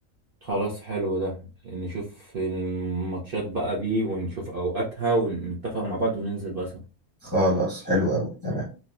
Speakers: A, on the right; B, on the left.
A: خلاص حلو ده نشوف الماتشات بقى دي ونشوف اوقاتها ونتفق مع بعض وننزل بقى سوا
B: خلاص حلو قوي تمام